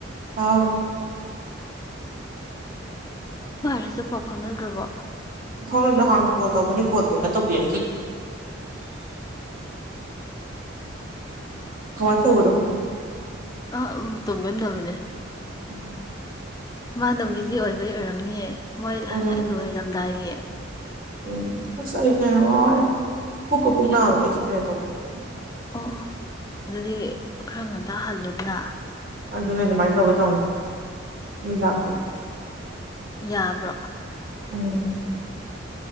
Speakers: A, on the right; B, on the left.
A: ꯑꯥꯎ
B: ꯥꯏꯔꯁꯨ ꯄꯐꯅꯗ꯭ꯔꯕ
A: ꯍ ꯅꯍꯥꯟ ꯀꯣꯜ ꯇꯧꯒꯅꯦ ꯈꯣꯠꯄꯦꯒ ꯇꯧꯕꯤꯦ ꯀꯃꯥꯏ ꯇ ꯑꯣꯗ
B: ꯑ ꯇꯣꯡꯉꯗꯕꯅꯦꯦ
A: ꯎꯝ
B: ꯃꯥꯅꯣ ꯕꯤꯖꯤ ꯑꯣꯏꯕꯩ ꯑꯣꯏꯔꯝꯅꯤꯌꯦ ꯃꯣꯏ
A: ꯑꯗꯨꯝ
B: ꯂꯣꯏꯔꯝꯗꯥꯏꯒꯤ
A: ꯎꯝ ꯑꯁ ꯑꯩꯁꯦ ꯋꯥꯔꯦ ꯄꯨꯀ ꯄꯨꯡ ꯅꯥꯕꯗ ꯑꯩꯁꯨꯦ ꯄ꯭ꯔꯦꯌꯔ ꯇꯧꯕꯒꯤ
B: ꯑꯣ ꯑꯗꯨꯗꯤ ꯈꯔ ꯉꯝꯇ ꯍꯜꯂꯨꯗꯅ
A: ꯑꯗꯨꯅꯦ ꯑꯗꯨꯃꯥꯏꯅ ꯇꯧꯒꯦ ꯇꯧꯕ ꯏꯂꯥꯄꯨꯔ
B: ꯌꯥꯕ꯭ꯔꯣ
A: ꯎꯝ